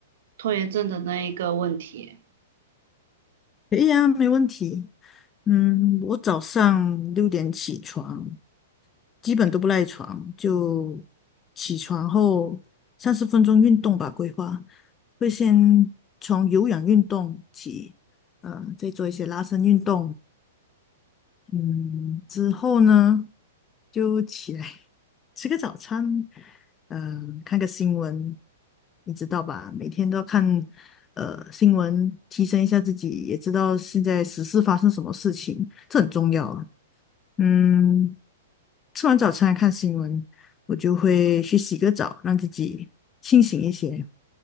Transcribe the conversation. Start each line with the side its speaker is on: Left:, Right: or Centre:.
Right: 拖延症的那一个问题。
Left: 可以啊，没问题。嗯，我早上六点起床，基本都不赖床，就起床后三十分钟运动吧，规划会先从有氧运动起，呃，再做一些拉伸运动，嗯，之后呢，就起来 <laughs> 吃个早餐，呃，看个新闻，你知道吧？每天都要看呃新闻，提升一下自己，也知道现在时事发生什么事情，这很重要啊嗯，吃完早餐看新闻，我就会去洗个澡，让自己清醒一些。